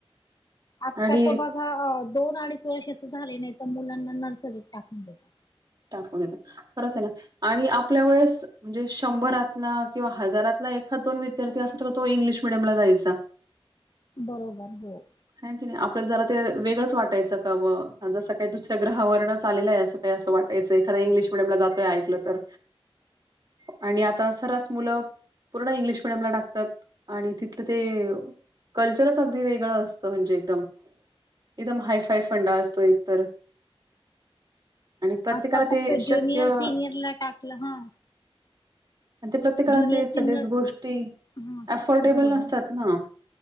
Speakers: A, on the left; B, on the right.
A: आत्ताच
B: आणि
A: बघा, दोन अडीच वर्षाच झाले नाही तर मुलांना नर्सरीत टाकून देतात.
B: टाकून देतात. खरंच हे ना. आणि आपल्या वेळेस म्हणजे शंभरातला किंवा हजारातला एखाद दोन विद्यार्थी असतो तो इंग्लिश मिडीयमला जायचा.
A: बरोबर हो.
B: हा की नाही. आपल्याला जरा ते वेगळंच वाटायचं का ब जसं काही दुसऱ्या ग्रहावरनंच आलेलं आहे असं काही असं वाट वाटायचं एखाद इंग्लिश मिडियमला जातोय ऐकलं तर, आणि आता सरास मुलं पूर्ण इंग्लिश मिडियमला टाकतात, आणि तिथलं ते कल्चरच अगदी वेगळं अस म्हणजे एकदम. एकदम हाय फाय फंडा असतो एक तर. प्रत्येकाला
A: आता फक्त
B: ते शक्य
A: ज्युनियर सिनियर ला टाकलं हा.
B: आणि ते प्रत्येकाला
A: ज्युनियर
B: ते
A: सिनियर
B: सगळेच गोष्टी
A: हा हा
B: अफोर्डेबल
A: बरोबर
B: नसतात ना.